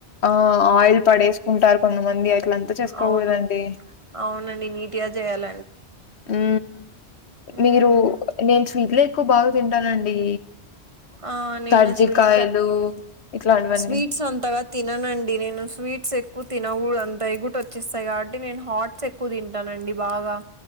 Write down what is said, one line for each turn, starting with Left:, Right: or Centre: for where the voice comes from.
Left: ఆ ఆయిల్ పడేసుకుంటారు కొంతమంది అట్లంతా చేసుకోకూడదండి
Right: అవును అవునండి నీట్గా చేయాల
Left: ఉ
Right: ఉమ్
Left: మీరు నేను స్వీట్ లే ఎక్కువ బాగా తింటానండి
Right: ఆ నేను
Left: కర్జికాయలు
Right: స్వీట్స్
Left: ఇట్లాంటివన్నీ
Right: స్వీట్స్ అంతగా తిననండి నేను స్వీట్స్ ఎక్ ఎక్కువ తినగూడదంట ఎగుట వచ్చేస్తాయి కాబట్టి నేను హాట్స్ ఎక్కువ తింటానండి బాగా